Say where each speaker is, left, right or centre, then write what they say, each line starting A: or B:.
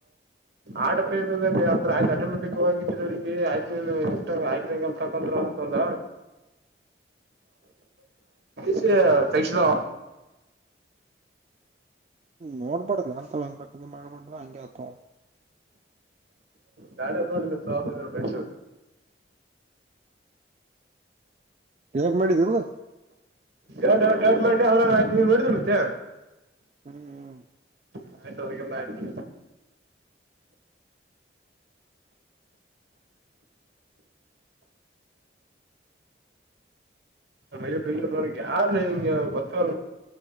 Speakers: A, on the right; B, on the right.
A: ಆಟೋ ಪೇ ಅಂದ್ರೆ ಆ ಆಟೋಮೆಟಿಕ್ ಹಿರಿಗೆ ಆಯ್ತ ಎಷ್ಟಂಗ ಆಯ್ತಂಗಗೆ ತಕೊಂಡ್ರ ಅಂತಂದ ಸ ತೈಕ್ಷದ
B: ನೋಡ್ಬಾರಡ್ ಅಂತ ಒ ಮಾಡ್ಕೊಂಡು ಹಂಗಗೆ ಆತ
A: ಬಾಳ ಸವಾಸ ಬೆ
B: ಕ್ ಮಾಡಿದಲ್ದ
A: ಎಡ್ಡ್ ದಡ್ ಮಾಡ ಅವ ಆಯ್ ನೀ ನೋಡಿದ್ರ ಮತ್ತೆ
B: ಹ್ಮ್ ಹ್ಮ
A: ಹ ಆಯ್ತು ಅದಕ್ಕೆಲ್ಲ ಆಯ್ತು ಮೈ ಬೈ ಯಾರ್ಲ ಹಿಂಗ ಗೊತ್ತ